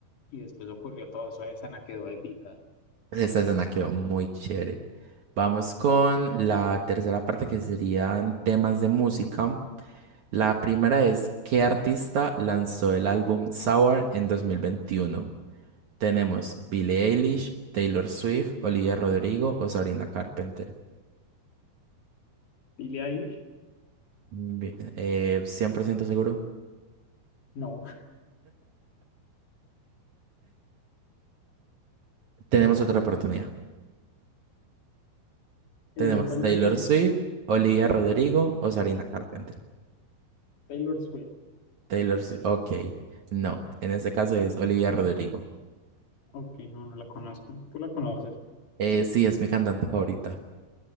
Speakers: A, on the left (about 50°); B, on the right (about 65°).
A: y después ocurrió todo eso, esa escena quedó épica.
B: Esa escena quedó muy chévere. Vamos con la tercera parte que serían temas de música. La primera es, ¿qué artista lanzó el álbum Sour en 2021? Tenemos Billie Eilish, Taylor Swift, Olivia Rodrigo o Sabrina Carpenter.
A: ¿Billie Eilish?
B: Bi- eh, 100% seguro.
A: No. <laughs>
B: Tenemos otra oportunidad.
A: Eh,
B: Tenemos
A: ¿cuáles
B: Taylor
A: eran las opciones?
B: Swift, Olivia Rodrigo o Sabrina Carpenter.
A: Taylor Swift.
B: Taylor Swift. Ok. No, en este caso es Olivia Rodrigo.
A: Ok, no, no la conozco. ¿Tú la conoces?
B: Eh, sí, es mi cantante favorita.